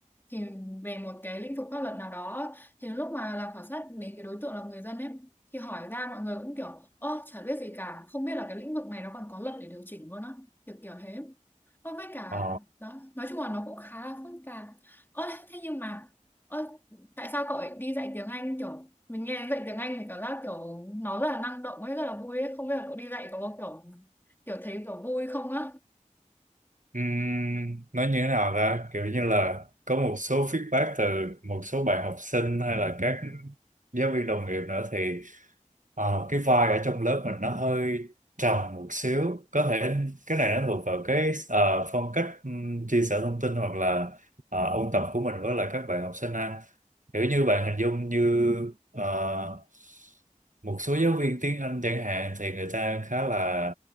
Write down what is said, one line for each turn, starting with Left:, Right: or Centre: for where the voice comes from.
Left: thì về một cái lĩnh vực pháp luật nào đó thì lúc mà làm khảo sát đến cái đối tượng là người dân ấy thì hỏi ra mọi người cũng kiểu ơ chả biết gì cả không biết là cái lĩnh vực này nó còn có luật để điều chỉnh luôn á kiểu kiểu thế Ờ, với cả
Right: Ờ
Left: đó nói chung là nó cũng khá là phức tạp ơ thế nhưng mà ơ tại sao cậu lại đi dạy tiếng Anh kiểu mình nghe dạy tiếng Anh thì cảm giác kiểu nó rất là năng động ấy rất là vui ấy không biết là cậu đi dạy có kiểu kiểu thấy kiểu vui không á
Right: Ừm, nói như thế nào ra kiểu như là có một số feedback từ một số bạn học sinh hay là các giáo viên đồng nghiệp nữa thì ờ, cái vai ở trong lớp mình nó hơi trầm một xíu có thể cái này nó thuộc vào cái ờ, phong cách ừm, chia sẻ thông tin hoặc là ờ, ôn tập của mình với lại các bạn học sinh ha kiểu như bạn hình dung như ờ, một số giáo viên tiếng Anh chẳng hạn thì người ta khá là